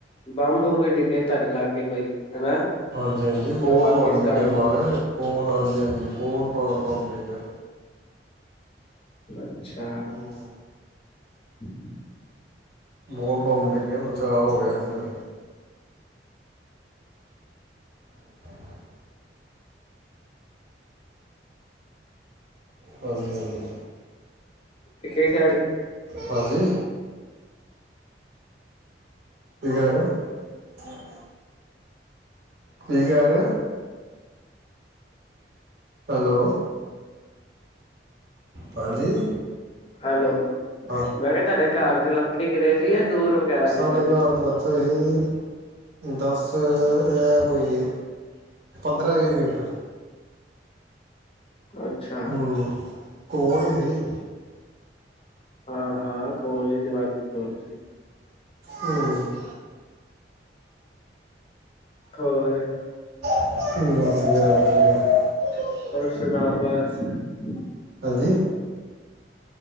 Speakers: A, on the left (about 30°); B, on the right (about 60°).
A: ਬੰਬ ਬੁੰਬ ਵੀ ਡਿੱਗੇ ਤੁਹਾਡੇ ਲਾਗੇ ਕੋਈ ਹਨਾ
B: ਹਾਂਜੀ-ਹਾਂਜੀ ਬਹੁਤ
A: ਪਾਕਿਸਤਾਨ
B: ਬੰਬ ਡਿੱਗੇ ਆ ਮਹਾਰਾਜ ਬਹੁਤ ਹਾਂਜੀ- ਹਾਂਜੀ। ਬਹੁਤ ਬ ਬੰਮ ਡਿੱਗਿਆ।
A: <unintelligible> ਅੱਛਾ,
B: ਹੂੰ
A: <inaudible>
B: ਬਹੁਤ ਬੰਬ ਡਿੱਗਿਆ ਬਚਾ ਹੋ ਗਿਆ ਇੱਥੇ <inaudible> ਹਾਂਜੀ- ਹਾਂਜੀ।
A: ਤੇ ਕਿਹੜੀ ਸ
B: ਹਾਂਜੀ, ਕੀ ਕਹਿ ਰਹੇ ਹੋ ਕੀ ਕਹਿ ਰਹੇ ਓ ਹੈਲੋ, ਹਾਂਜੀ
A: ਹੈਲੋ,
B: ਹਾਂ
A: ਮੈਂ ਕਿਹਾ ਤੁਹਾਡੇ ਘਰ ਦੇ ਲਾਗੇ ਗਿਰੇ ਸੀ ਜਾਂ ਦੂਰ ਵਗੈਰਾ ਸੀ
B: ਸਾਡੇ
A: ਕੋਈ
B: ਘਰ ਤੋਂ ਇੱਥੇ ਹੀ ਦਸ ਅ ਇਹ ਕੋਈ ਪੰਦਰਾਂ ਵੀਹ ਮੀਟਰ
A: ਅੱਛਾ।
B: ਹੂੰ ਕੋਲ ਹੀ ਸੀ।
A: ਹਾਂ ਹਾਂ ਕੋਲ ਹੀ ਸੀ, ਵਾਧੂ ਕੋਲ ਹੀ ਸੀ।
B: ਹੂੰ।
A: ਹੋਰ,
B: <inaudible> ਵਧੀਆ- ਵਧੀਆ।
A: <inaudible>
B: ਹਾਂਜੀ।